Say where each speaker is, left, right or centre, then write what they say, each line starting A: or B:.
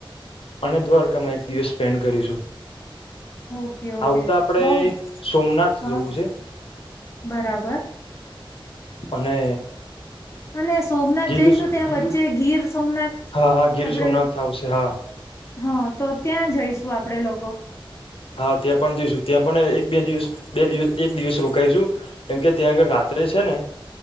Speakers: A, on the left; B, on the left.
A: અને દ્વારકામાં એક દિવસ સ્પેન્ડ કરીશું.
B: ઓકે ઓકે
A: આવતા આપડે
B: બઉ
A: સોમનાથ
B: હા
A: જવું છે.
B: બરાબર
A: અને
B: અને સોમનાથ
A: ગીર
B: જઈશું ત્યાં વચ્ચે ગીર સોમનાથ
A: હા હા ગીર
B: આપડ
A: સોમનાથ આવશે હા
B: હન, તો ત્યાં જઈશું આપડે લોકો.
A: હન, ત્યાં પણ જઈશું. ત્યાં પણ એક-બે દિવસ બે દિવસ એક દિવસ રોકાઈશું. કેમ કે ત્યાં આગળ રાત્રે જે છે ને